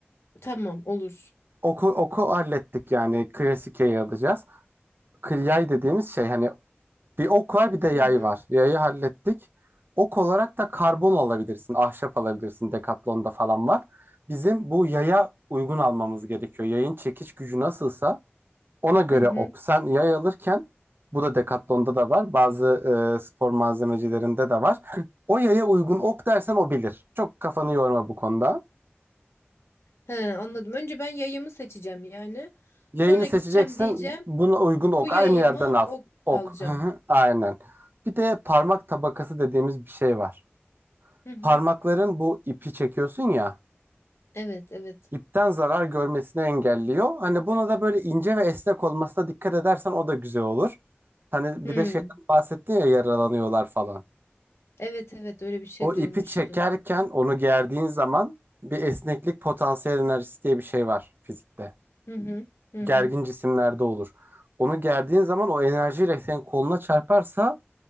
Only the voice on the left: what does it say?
Tamam olur.
Hı hı.
Hı hı.
He, anladım. Önce ben yayımı seçeceğim yani.
Sonra gideceğim
diyeceğim.
Bu yayımı
o
alacağım.
Hı hı.
Evet, evet.
Hı.
Evet, evet öyle bir şey
duymuştum.
Hı hı. Hı
hı.